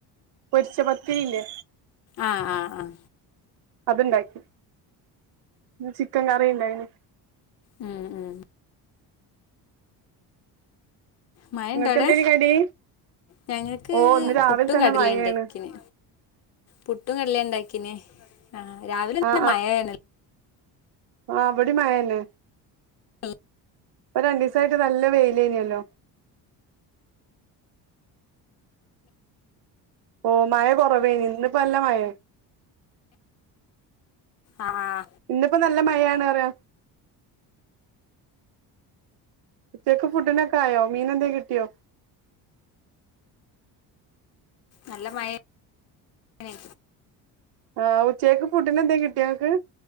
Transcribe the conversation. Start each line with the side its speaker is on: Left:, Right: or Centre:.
Right: പൊരിച്ചപത്തിരിയില്ലേ
Left: ആഹ് ആഹ് ആഹ്
Right: അത്ണ്ടാക്കി പിന്നെ ചിക്കൻകറി ഉണ്ടായിന്
Left: ഉം ഉം മഴണ്ടോ
Right: നിങ്ങക്ക്
Left: അവിടെ
Right: എന്തേനി കടി
Left: ഞങ്ങക്ക്
Right: ഓ ഇന്ന് രാവിലെ
Left: പുട്ടും
Right: തന്നെ
Left: കടലയും
Right: മഴയാണ്
Left: ഉണ്ടാക്കിന് പുട്ടും കടലണ്ടാക്കിനെ ആ രാവിലെ നല്ല
Right: ആ
Left: മഴയാണല്ല
Right: ആ ഇവിടെ മായേന്നെ
Left: ആ
Right: ഇപ്പ രണ്ട് ദിവസമായിട്ട് നല്ല വെയിലേനല്ലോ ഓ മഴ കുറവേന്നിപ്പ നല്ല മഴ
Left: ആഹ്
Right: ഇന്നിപ്പോ നല്ല മഴയാണ്റയാ ഉച്ചക്ക് ഫുഡിനെക്കൊയോ മീനന്തേലും കിട്ടിയോ
Left: നല്ല മഴ യേണ്
Right: ആഹ് ഉച്ചക്കക്ക് ഫുഡ്നന്തലും കിട്ടിയങ്ങക്ക്